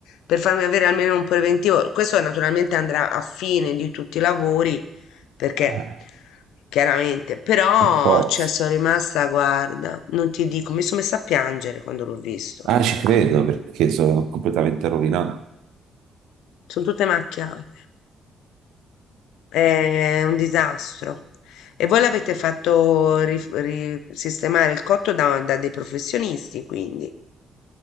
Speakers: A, on the left; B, on the right.
A: per farmi avere almeno un preventivo. Questo naturalmente andrà a fine di tutti i lavori, perché
B: eh,
A: chiaramente, però
B: per forza.
A: cioè, sono rimasta, guarda, non ti dico, mi sono messa a piangere quando l'ho visto.
B: Ah, ci credo perché sono completamente rovinato.
A: Son tutte macchiate. È un disastro. E voi l'avete fatto rif- ri- sistemare il cotto da, da dei professionisti, quindi.